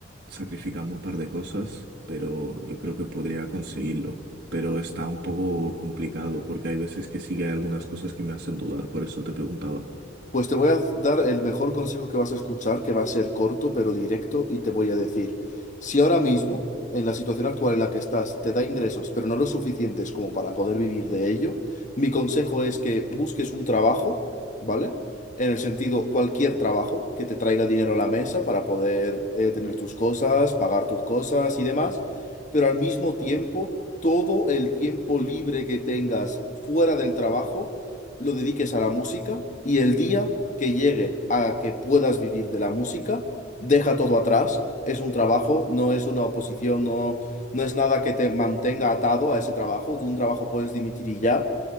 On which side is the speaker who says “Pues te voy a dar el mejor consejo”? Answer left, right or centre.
Left